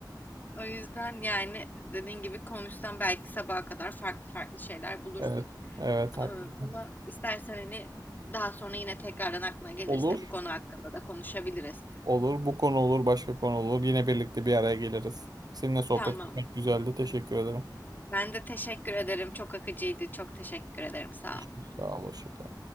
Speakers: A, on the left (about 25°); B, on the right (about 60°).
A: O yüzden yani dediğin gibi konuşsan belki sabaha kadar farklı farklı şeyler bulursun.
B: evet evet haklısın.
A: Ama ama istersen hani daha sonra yine tekrardan aklına gelirse
B: Olur
A: bu konu hakkında da konuşabiliriz.
B: olur bu konu olur başka konu olur yine birlikte bir araya geliriz. Seninle sohbet
A: Tamam.
B: etmek güzeldi teşekkür ederim.
A: Ben de teşekkür ederim. Çok akıcıydı. Çok teşekkür ederim. Sağ
B: Görüşürüz.
A: ol.
B: Sağ ol hoşça kal.